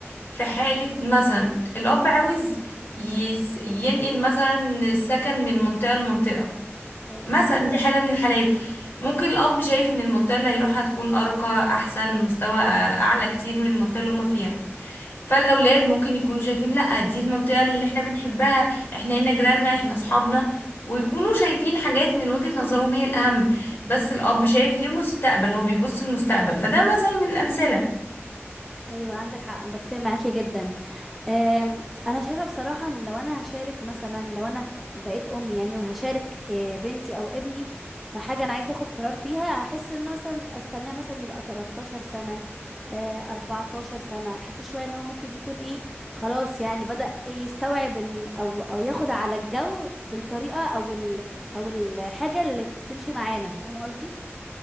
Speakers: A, on the left (about 50°); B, in the centre.
A: في حالة مثلا الأب عاوز يس- ينقل مثلا السكن من منطقة لمنطقة
B: اوكي
A: مثلا دي حالة من الحالات ممكن الأب شايف إن المنطقة اللي هيروحها هتكون أرقى أحسن مستوى آه، أعلى كتير من المنطقة اللي هما فيها فالأولاد ممكن يكونوا شايفين لأ دي المنطقة اللي احنا بنحبها احنا هنا جيراننا احنا أصحابنا ويكونوا شايفين حاجات من وجهة نظرهم هي الأهم بس الأب شايف لمستقبل هو بيبص للمستقبل فده مثل من الأمثلة
B: ايوه عندك حق أنا بتفق معاكي جدا آم، انا شايفه بصراحه ان لو انا هشارك مثلا لو انا بقيت ام يعني وهشارك آه، بنتي او ابني في حاجه انا عايزه اخد قرار فيها هحس ان مثلا استناه مثلا يبقى 13 سنه آه، 14 سنه احس شويه ان هو ممكن يكون ايه خلاص يعني بدأ إيه يستوعب إن او او ياخد على الجو بالطريقه او ال او الحاجه اللي تمشي معانا فاهمه قصدي